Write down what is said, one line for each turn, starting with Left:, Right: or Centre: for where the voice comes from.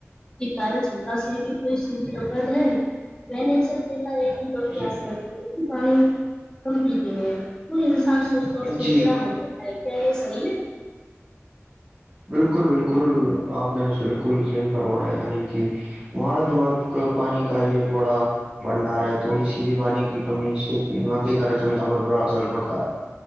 Left: کی تارے چنپا سے کی کوئی سیدھی ربت ہے میں نے اثر ای ہے کہیاس
Right: جی
Left: لگتے پانی کم پیتے ہیں کوئی انسان اس پڑچڑا
Right: جی
Left: ہو جاتا ہے کیا یہ صحیح ہے
Right: بالکل بالکل آپ نے بالکل صحیح فرمایا یعنی کہ ہمارا دماغ پانی کا ہی ایک بڑا بنڈار ہے تھوڑی سی بھی پانی کی کمی سے مکے کاار چمتا پر برا اثر پڑتا ہے